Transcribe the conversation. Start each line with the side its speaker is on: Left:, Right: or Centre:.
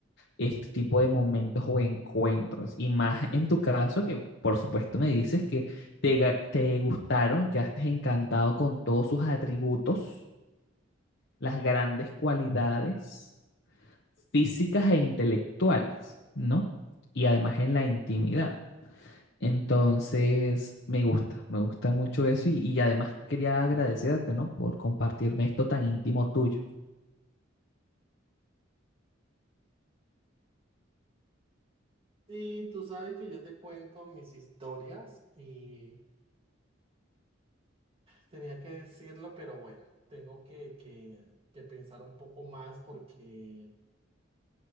Left: este tipo de momentos o encuentros. Y más en tu caso, que por supuesto me dices que te, ga- te gustaron y quedaste encantado con todos sus atributos, las grandes cualidades físicas e intelectuales, ¿no? Y además en la intimidad. Entonces, me gusta, me gusta mucho eso y, y además quería agradecerte, ¿no? Por compartirme esto tan íntimo tuyo.
Right: Sí, tú sabes que yo te cuento mis historias y tenía que decirlo, pero bueno, tengo que, que, que pensar un poco más porque